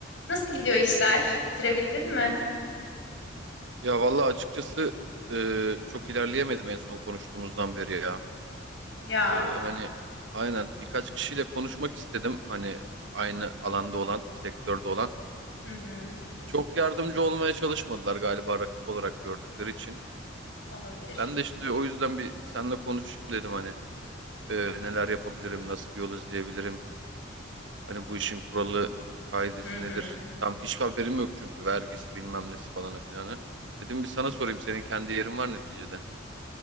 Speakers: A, on the left; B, on the right.
A: Nasıl gidiyor işler? Bitirebildin mi?
B: Ya vallahi açıkçası e, çok ilerleyemedim en son konuştuğumuzdan beri ya.
A: Ya,
B: E, hani aynen birkaç kişiyle konuşmak istedim. Hani aynı alanda olan, sektörde olan.
A: hı hı,
B: Çok yardımcı olmaya çalışmadılar galiba rakip olarak gördükleri için.
A: olabilir.
B: Ben de işte o yüzden bir seninle konuşayım dedim hani E, neler yapabilirim, nasıl bir yol izleyebilirim. Hani bu işin kuralı, kaidesi
A: Hı hı.
B: nedir? Tam hiçbir haberim yok çünkü vergisi bilmem nesi falanı filanı. Dedim bir sana sorayım senin kendi yerin var neticede.